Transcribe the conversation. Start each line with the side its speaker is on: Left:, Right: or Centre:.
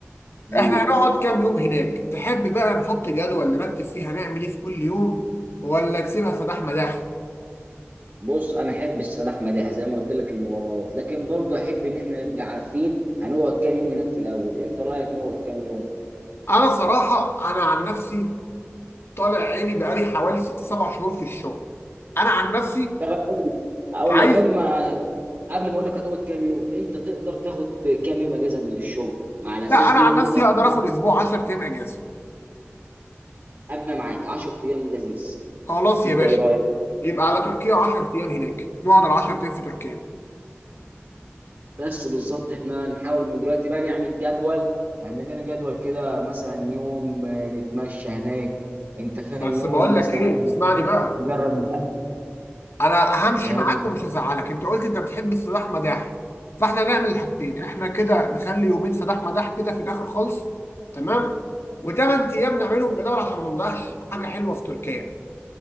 Right: قول
Left: احنا هنقعد كام يوم هناك تحب بقى نحط جدول نرتب فيه هنعمل ايه في كل يوم ولا تسيبها صداح مداح
Right: بص انا احب السيد احمد يحيى زي ما قلت لك المغامرات لكن برضو احب ان احنا نبقى عارفين هنقعد كام يوم هناك في الاول انت رايك نقعد كام يوم
Left: انا صراحة انا عن نفسي طالع عيني بقالي حوالي ست سبع شهور في الشغل انا عن نفسي
Right: طب اقول
Left: عايز
Right: لك قبل ما قبل ما اقول لك هتقعد كام يوم انت تقدر تاخد كام يوم اجازه من الشغل مع الاساس
Left: لا انا
Right: دي
Left: عن
Right: هنقدر
Left: نفسي هقدر اخد اسبوع 10 ايام اجازة
Right: انا معاك 10 ايام لذيذ
Left: خلاص يا
Right: انت
Left: باشا
Right: ايه رايك
Left: يبقى على تركيا 10 ايام هناك نقعد ال 10 ايام في تركيا
Right: بس بالظبط احنا نحاول من دلوقتي بقى نعمل جدول نعمل لنا جدول كده مثلا يوم آه، نتمشى هناك انت فاهم
Left: بس
Right: يوم
Left: بقول
Right: مثلا
Left: لك ايه اسمعني بقى
Right: نجرب الاكل
Left: انا همشي
Right: تمام
Left: معاك ومش هزعلك انت قلت انت بتحب السداح مداح فاحنا هنعمل الحاجتين احنا كده نخلي يومين سداح مداح كده في الاخر خالص تمام وثمان ايام نعملهم جدول عشان ما نضيعش حاجه حلوه في تركيا